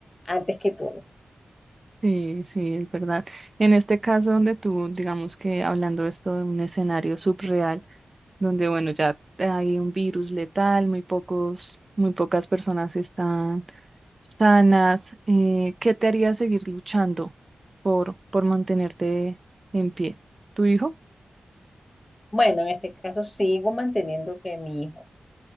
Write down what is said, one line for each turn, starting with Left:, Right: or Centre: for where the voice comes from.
Left: antes que todo.
Right: Sí, sí, es verdad. En este caso donde tú, digamos que hablando esto de un escenario subreal, donde bueno, ya hay un virus letal, muy pocos, muy pocas personas están sanas. Eh, ¿qué te haría seguir luchando por, por mantenerte en pie? ¿Tu hijo?
Left: Bueno, en este caso sigo manteniendo que mi hijo